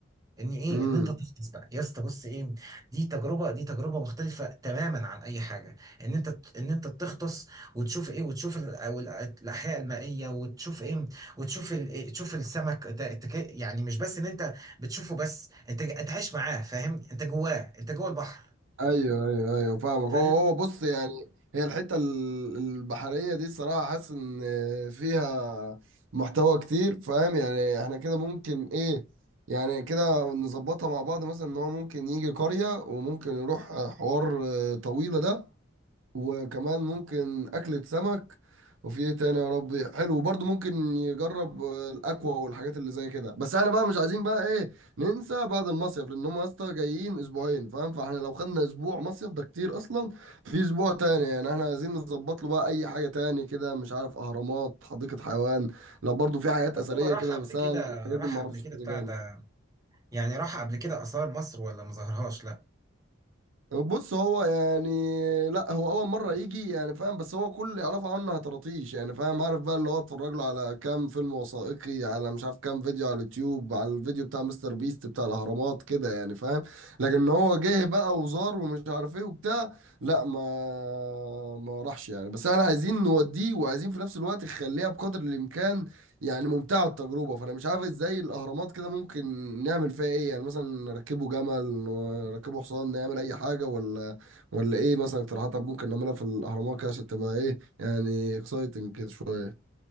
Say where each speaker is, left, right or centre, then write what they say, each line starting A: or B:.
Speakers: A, on the right (about 20°); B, on the right (about 80°).
A: ان ايه
B: موت
A: ان انت تغطس بقى يا اسطى بص ايه دي تجربه دي تجربه مختلفه تماما عن اي حاجه ان انت ان انت تغطس وتشوف ايه وتشوف ال- أو ال- الاحياء المائيه وتشوف ايه وتشوف ال... إيه، تشوف السمك ت- تك- يعني مش بس ان انت بتشوفه بس انت انت عايش معاه فاهم انت جواه انت جوه البحر
B: ايوه ايوه ايوه فاهمك
A: فاهم
B: هو هو بص يعني هي الحته ال- البحريه دي الصراحه حاسس ان فيها محتوى كتير فاهم يعني احنا كده ممكن ايه يعني كده نظبطها مع بعض مثلا ان هو ممكن يجي قريه وممكن يروح حوار طويله ده وكمان ممكن أكلة سمك وفي ايه تاني يا ربي حلو وبرضه ممكن يجرب آه، الأكوا والحاجات اللي زي كده بس احنا بقى مش عايزين بقى ايه ننسى بعد المصيف لأن هم يا اسطى جايين أسبوعين فاهم فاحنا لو خدنا أسبوع مصيف ده كتير أصلا في أسبوع تاني يعني احنا عايزين نظبط له بقى أي حاجة تاني كده مش عارف أهرامات حديقة حيوان لو برضه في حاجات
A: طب
B: أثرية
A: هو راح
B: كده
A: قبل
B: بس
A: كده
B: أنا الحاجات
A: راح
B: دي معرفش
A: قبل كده
B: كده
A: بتاع ده يعني راح قبل كده اثار مصر ولا ما ظهرهاش
B: بص هو يعني لا هو اول مره يجي يعني فاهم بس هو كل اللي يعرفه عنه هتراطيش يعني فاهم عارف بقى اللي هو اتفرج له على كام فيلم وثائقي على مش عارف كام فيديو على اليوتيوب على الفيديو بتاع مستر بيست بتاع الاهرامات كده يعني فاهم لكن إن هو جه بقى وزار ومش عارف ايه وبتاع لا ما ما راحش يعني بس احنا عايزين نوديه وعايزين في نفس الوقت نخليها بقدر الامكان يعني ممتعة التجربة فأنا مش عارف ازاي الأهرامات كده ممكن نعمل فيها ايه يعني مثلا نركبه جمل نركبه حصان نعمل أي حاجة ولا ولا ايه مثلا اقتراحات ممكن نعملها في الأهرامات كده عشان تبقى ايه يعني اكسايتنج كده شوية